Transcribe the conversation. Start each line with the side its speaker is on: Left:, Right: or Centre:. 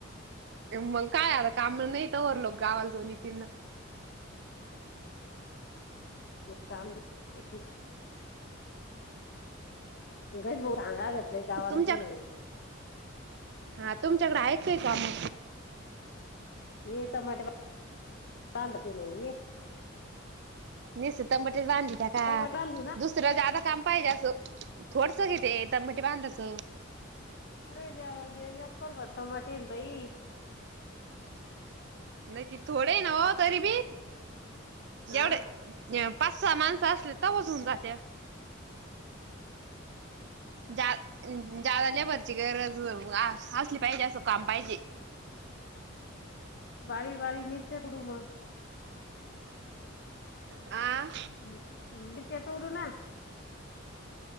Right: मग काय आता काम नाही तरवरर लोक गावाल जोन तिना
Left: का?
Right: <unintelligible>
Left: इकश भाऊ सांगा घेत रय गावा
Right: तुमच्या
Left: ती म्हणून.
Right: हा तुमच्याकडे आहेत काय काम.
Left: ये त बांध नाही ये.
Right: निीसतमबटी बांधली त्या का
Left: टमाटे बांधू ना
Right: दुसरं जादा काम पाहिजे असं. थोडस घिथे तबट बांधास.
Left: अर त्या अफर भरस म भाई.
Right: नक्कीि थोडे नव तरी बी.
Left: हा
Right: एवढे पाच सहा माणसं असले तरवज होऊन जाताते. जा जाल्यावररची गरज असली पाहिजे असं काम पाहिजे. <unintelligible>
Left: भारी वारी मिर चकडू म.
Right: आ
Left: मिरच्या तूडू ना.